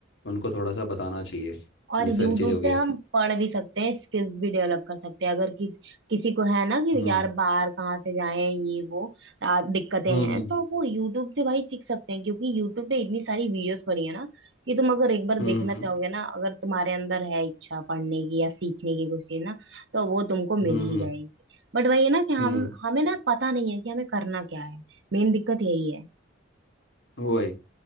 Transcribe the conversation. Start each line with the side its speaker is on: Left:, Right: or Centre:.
Left: उनको थोड़ा सा बताना चाहिए
Right: और
Left: ये सारी
Right: यूट्यूब
Left: चीज़ों
Right: से
Left: के
Right: हम पढ़ भी सकते हैं स्किल्स भी डेवलप कर सकते हैं अगर किस किसी को है ना कि
Left: हम्म
Right: यार बाहर कहाँ से जाए ये वो आ, दिक्कतें
Left: हम्म
Right: हैं तो वो यूट्यूब से भाई सीख सकते हैं क्योंकि यूट्यूब पे इतनी सारी वीडियोस पड़ी है ना कि तुम अगर एक बार
Left: हम्म
Right: देखना
Left: हम्म
Right: चाहोगे ना अगर तुम्हारे अंदर है इच्छा पढ़ने की या सीखने की कुछ चीज ना तो वो तुमको मिल
Left: हम्म
Right: ही
Left: हम्म
Right: जाएगी बट वही है ना कि हम
Left: हम्म,
Right: हमें ना पता नहीं है कि हमें करना क्या है मेन दिक्कत यही है
Left: वही